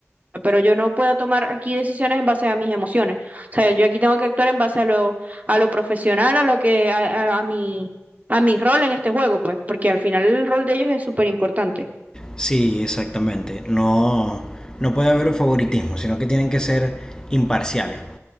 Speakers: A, on the right; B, on the left.
A: pero yo no puedo tomar aquí decisiones en base a mis emociones. O sea, yo aquí tengo que actuar en base a lo, a lo profesional, a lo que, a, a, a mi, a mi rol en este juego, pues, porque al final el rol de ellos es súper importante.
B: Sí, exactamente. No, no puede haber favoritismo, sino que tienen que ser imparciales.